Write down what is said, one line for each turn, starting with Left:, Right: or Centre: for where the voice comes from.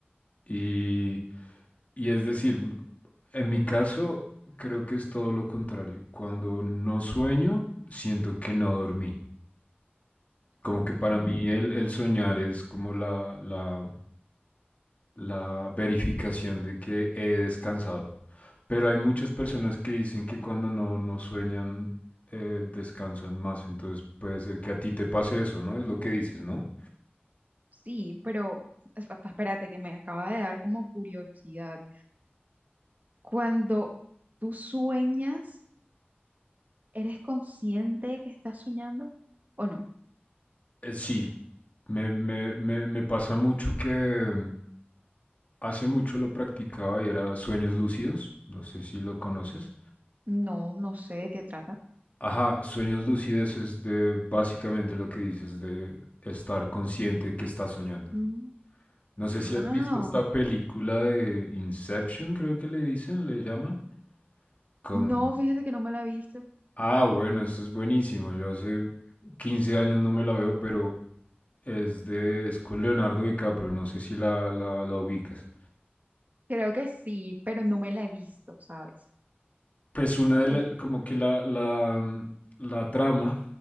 Left: Y, Y es decir, en mi caso creo que es todo lo contrario. Cuando no sueño, siento que no dormí. Como que
Right: Ujú.
Left: para mí el, el soñar es como la, la, la verificación de que he descansado. Pero hay muchas personas que dicen que cuando no, no sueñan, eh, descansan más. Entonces puede ser que a ti te pase eso, ¿no? Es lo que dices, ¿no?
Right: Sí, pero es- espérate que me acaba de dar como curiosidad. Cuando tú sueñas, ¿eres consciente de que estás soñando o no?
Left: Eh, sí, me, me, me, me pasa mucho que, Hace mucho lo practicaba y era sueños lúcidos, no sé si lo conoces.
Right: No, no sé de qué trata.
Left: Ajá, sueños lúcidos es de básicamente lo que dices de estar consciente que estás soñando.
Right: Mm.
Left: No sé
Right: Ah,
Left: si has visto esta película de Inception, creo que le dicen, le llaman, con...
Right: no, fíjate que no me la he visto.
Left: Ah, bueno, eso es buenísimo. Yo hace 15 años no me la veo, pero es de... es con Leonardo DiCaprio, no sé si la, la, la ubicas.
Right: Creo que sí, pero no me la he visto, ¿sabes?
Left: Pues una de
Right: El,
Left: la- como que la, la, mm, la trama